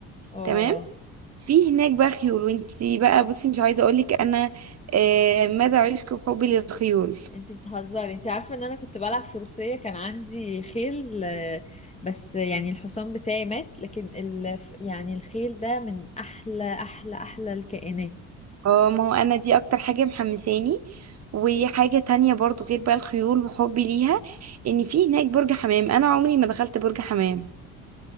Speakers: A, on the left (about 15°); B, on the right (about 35°).
A: اه
B: تمام في هناك بقى خيول وانتي بقى بصي مش عايزة اقولك انا آه مدى عشقي وحبي للخيول
A: انت بتهزري انت عارفه ان انا كنت بلعب فروسيه كان عندي خيل آه، بس يعني الحصان بتاعي مات لكن ال... يعني الخيل ده من احلى احلى احلى الكائنات
B: اه ما هو انا دي اكتر حاجة محمساني وحاجة تانية برضو غير بقى الخيول وحبي ليها ان في هناك برج حمام انا عمري ما دخلت برج حمام